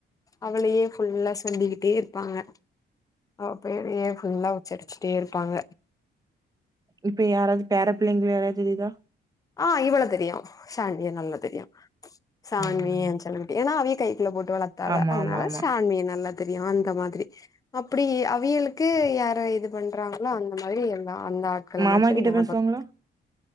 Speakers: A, on the left (about 15°); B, on the right (about 20°).
A: அவளையே ஃபுல்லா சொல்லிக்கிட்டே இருப்பாங்க அவ பேரேயே ஃபுல்லா உச்சரிச்சிட்டே இருப்பாங்க
B: இப்ப யாராவது பேர பிள்ளைங்க யாராவ்து தெரியுதா
A: அ இவ்வள தெரியு சாண்டிய நல்ல தெரியு சான்மி
B: ம்
A: ஏ செல்லிக்குட்டி ஏன்னா அவ ஏ கை கைக்குல்ல போட்டு வளத்தாக
B: ஆமா
A: அதனால
B: ஆமா ஆமா
A: சான்மிய நல்லா தெரியு அந்த மாதிரி அப்டி அவியளுக்கு யார இது பண்றாங்ளோ அந்த மாரி எல்லா அந்த ஆட்கள
B: மாமா
A: மட்டு
B: கிட்ட
A: ஞாபகோ
B: பேசுவாங்களா
A: இருக்கு